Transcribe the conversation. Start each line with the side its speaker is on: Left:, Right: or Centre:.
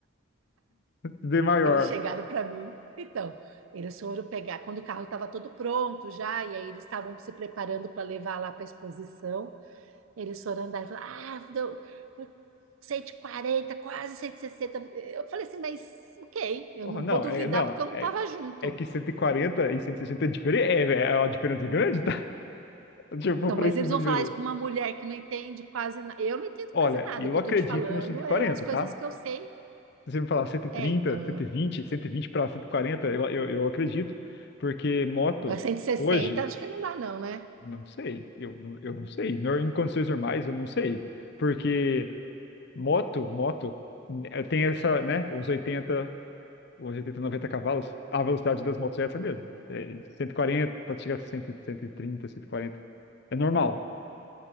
Left: Tudo é maior.
Right: Eles chegaram para mim, então, eles foram pegar, quando o carro estava todo pronto já, e aí eles estavam se preparando para levar lá para a exposição. Eles foram andar e falaram, ah, deu 140, quase 160. Eu falei assim, mas ok, eu
Left: Oh,
Right: não
Left: não,
Right: vou duvidar
Left: é, não,
Right: porque eu não
Left: é,
Right: estava junto.
Left: é que cento e quarenta e e cento e sessenta é diferente, é, é uma diferença grande, tá? <laughs> Tipo,
Right: Então,
Left: para
Right: mas
Left: esse
Right: eles
Left: número.
Right: vão falar isso para uma mulher que não entende quase nada. Eu não entendo
Left: Olha,
Right: quase nada.
Left: eu
Right: O que
Left: acredito
Right: eu tô te falando
Left: no 140,
Right: é as coisas
Left: tá?
Right: que eu sei.
Left: Se você me falar 130,
Right: É, então,
Left: 120,
Right: eu,
Left: 120 para 140, eu, eu, eu acredito, porque moto
Right: agora 160,
Left: hoje,
Right: acho que não dá, não, né?
Left: não sei, eu, não- eu não sei, Nor- em condições normais eu não sei, porque moto, moto eh, tem essa, né, uns 80, uns 80, 90 cavalos, a velocidade das motos é essa mesmo, é 140, pode chegar a 100, 130, 140, é normal.